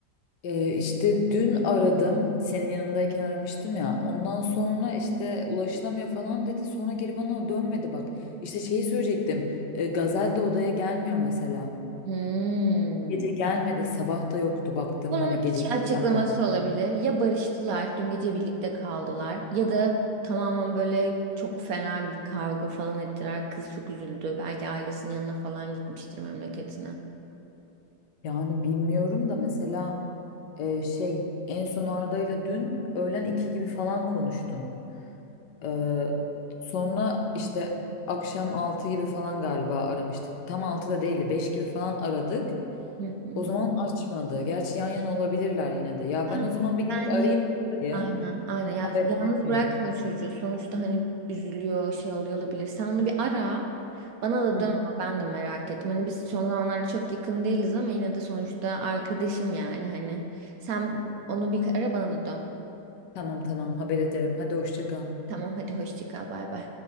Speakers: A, on the left; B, on the right.
A: Ee, işte dün aradım. Senin yanındayken aramıştım ya. Ondan sonra işte ulaşılamıyor falan dedi. Sonra geri bana dönmedi bak. İşte şeyi söyleyecektim. Ee, Gazel de odaya gelmiyor mesela.
B: Hmm.
A: Gece gelmedi. Sabah da yoktu baktım
B: Bunun
A: hani gece
B: iki açıklaması
A: saatte.
B: olabilir. Ya barıştılar, dün gece birlikte kaldılar ya da tamamen böyle çok fena bir kavga falan ettiler. Kız çok üzüldü. Belki ailesinin yanına falan gitmiştir memleketine.
A: Yani bilmiyorum da mesela e, şey en son Arda'yla dün öğlen 2 gibi falan konuştum. Ee, sonra işte akşam 6 gibi falan galiba aramıştık. Tam 6 da değil 5 gibi falan aradık.
B: Hı hı.
A: O zaman açmadı. Gerçi yan yana olabilirler yine de. Ya
B: Ben-
A: ben o zaman bir gidip
B: Bence
A: arayayım dayı.
B: aynen aynen
A: Ona
B: yani
A: haber
B: yalnız
A: vermeyeyim.
B: bırakma çocuğu sonuçta hani üzülüyor şey oluyor olabilir sen onu bir ara bana da
A: Hı hı.
B: dön ama ben de merak ettim hani biz son zamanlarda çok yakın değiliz ama yine de sonuçta arkadaşım yani hani sen onu bir ara bana da dön
A: Tamam tamam haber ederim. Hadi hoşça kal.
B: tamam hadi hoşça kal bay bay.